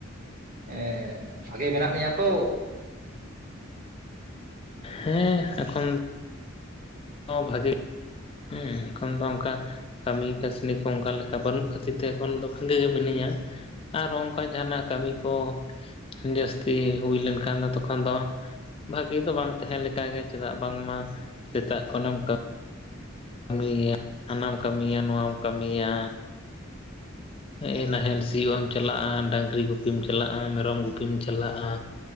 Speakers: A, on the right; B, on the left.
A: ᱮᱸ ᱵᱷᱟᱜᱮ ᱢᱮᱱᱟᱜ ᱢᱮᱭᱟ ᱛᱚ
B: ᱦᱮᱸ ᱮᱠᱷᱚᱱ ᱵᱷᱟᱜᱮ <unintelligible> ᱦᱮᱸ ᱮᱱᱠᱷᱚᱱ ᱫᱚ ᱚᱱᱠᱟ ᱠᱟᱹᱢᱤ ᱠᱟᱹᱥᱱᱤ ᱠᱚ ᱚᱱᱠᱟ ᱞᱮᱠᱟ ᱵᱟᱹᱱᱩᱜ ᱠᱷᱟᱹᱛᱤᱨ ᱛᱮ ᱮᱠᱷᱚᱱ ᱫᱚ ᱵᱷᱟᱜᱮ ᱜᱮ ᱢᱤᱱᱟᱹᱧᱟ ᱟᱨ ᱚᱱᱠᱟ ᱡᱟᱦᱟᱱᱟᱜ ᱠᱟᱹᱢᱤ ᱠᱚ ᱡᱟᱹᱥᱛᱤ ᱦᱩᱭ ᱞᱮᱱᱠᱷᱟᱱ ᱫᱚ ᱛᱚᱠᱷᱚᱱ ᱫᱚ ᱵᱷᱟᱹᱜᱤ ᱫᱚ ᱵᱟᱝ ᱛᱟᱦᱮᱸ ᱞᱮᱠᱟᱜᱮ ᱪᱮᱫᱟᱜ ᱵᱟᱝᱢᱟ ᱥᱮᱛᱟᱜ ᱠᱷᱚᱱᱮᱢ ᱠᱟᱢ ᱠᱟᱢᱤᱭ ᱜᱮᱭᱟ ᱦᱟᱱᱟᱢ ᱠᱟᱹᱢᱤᱭᱟ ᱱᱚᱣᱟᱢ ᱠᱟᱹᱢᱤᱭᱟ ᱮᱸ ᱱᱟᱦᱮᱞ ᱥᱤᱭᱳᱜ ᱮᱢ ᱪᱟᱞᱟᱜᱼᱟ ᱰᱟᱹᱝᱨᱤ ᱜᱩᱯᱤᱢ ᱪᱟᱞᱟᱜᱼᱟ ᱢᱮᱨᱚᱢ ᱜᱩᱯᱤᱢ ᱪᱟᱞᱟᱜᱼᱟ